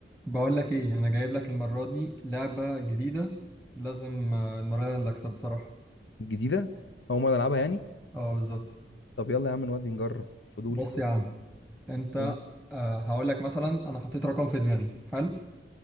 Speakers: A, in the centre; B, on the left (about 85°).
A: بقول لك ايه انا جايب لك المره دي لعبه جديده لازم آه، المره دي انا اللي اكسب بصراحه
B: جديدة أول مرة ألعبها يعني
A: اه بالظبط
B: طب يلا يا عم نودي نجرب فضولي
A: بص يا عم انت
B: قول
A: آه هقول لك مثلا انا حطيت رقم في دماغي حلو